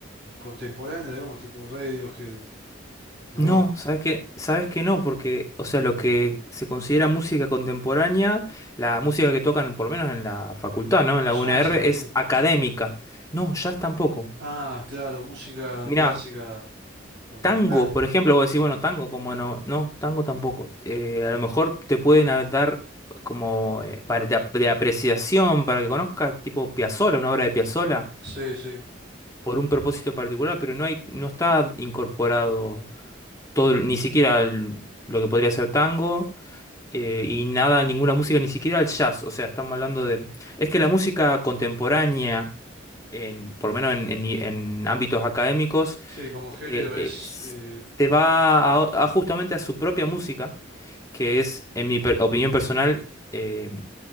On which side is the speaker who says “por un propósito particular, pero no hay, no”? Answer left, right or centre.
Left